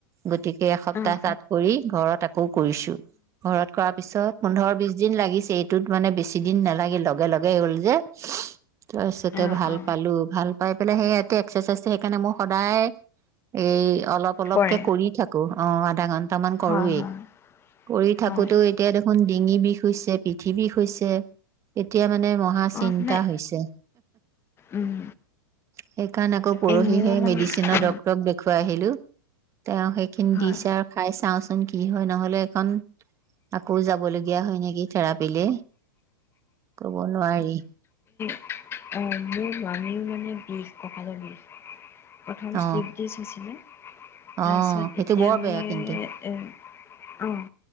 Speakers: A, on the right; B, on the left.
A: গতিকে এসপ্তাহ
B: অঁ
A: তাত কৰি ঘৰত আকৌ কৰিছো। ঘৰত কৰা পিছত পোন্ধৰ বিছ দিন লাগিছে। এইটোত মানে বেছি দিন নালাগিল লগে লগে হ'ল যে। তাৰপিছতে
B: অঁ অঁ
A: ভাল
B: অঁ
A: পালো। ভাল পাই পেলাই সেইয়াত <unintelligible> তে এক্সাৰচাইজটো সেইকাৰণে মোৰ সদায় এই অলপ অলপকে
B: কৰে
A: কৰি থাকো। অ আধা ঘণ্টা। টামান কৰোয়েই।
B: হয় হয়
A: কৰি থাকোতেও
B: হয়
A: এতিয়া দেখোন ডিঙি বিষ হৈছে, পিঠি বিষ হৈছে। এতিয়া মানে নে মহা
B: অ
A: চিন্তা
B: আপোনাৰ
A: হৈছে।
B: উম
A: সেই কাৰণে আকৌ পৰহিহে
B: এই মোৰ মানে
A: মেডিচিনৰ
B: অ
A: ডক <unintelligible> গৈ আহিলোঁ। তেওঁ সেইখিনি
B: হয়
A: দিছে, আৰু খাই চাওঁচোন কি হয়, নহ'লে এইখন আকৌ যাবলগীয়া হয় নেকি থেৰাপিলে। কব নোৱাৰি।
B: অহ মোৰ মামীও মানে বিষ। কঁকালৰ বিষ। প্ৰথম
A: অ
B: শ্লিপ ডিস্ক আছিলে, তাৰপিছত
A: অ সেইটো
B: এতিয়া
A: বৰ
B: মানে
A: বেয়া কিন্তু
B: এ অ